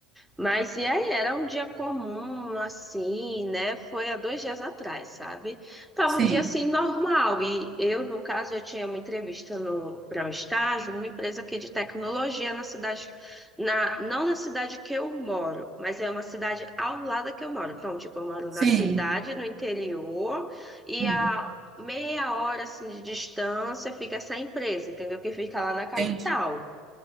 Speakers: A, in the centre; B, on the right.
A: Mas e aí, era um dia comum, assim, né? Foi há dois dias atrás, sabe? Tava
B: Sim,
A: um dia assim normal. E eu, no caso, eu tinha uma entrevista para um estágio numa empresa aqui de tecnologia na cidade, na, não na cidade que eu moro, mas é uma cidade ao lado da que eu moro. Então, tipo, eu moro
B: sim.
A: na cidade, no interior, e
B: Hum,
A: a meia hora assim de distância fica essa empresa, entendeu? Que fica lá na capital.
B: Entendi.